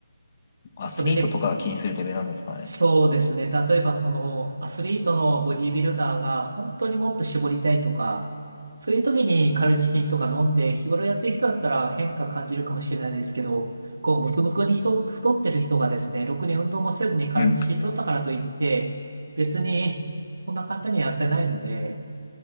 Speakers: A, on the left; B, on the right.
A: アスリートとかが気にするレベルなんですかね。
B: それで、そうですね、例えばその、アスリートのボディービルダーが、本当にもっと絞りたいとか、そういう時にカルチキンとか飲んで、日頃やってる人だったら変化感じるかもしれないですけど、こう、ムクムクに人、太ってる人がですね、ろくに運動もせずにカルチキン取ったからといって、
A: うん。
B: 別に、そんな簡単には痩せないので、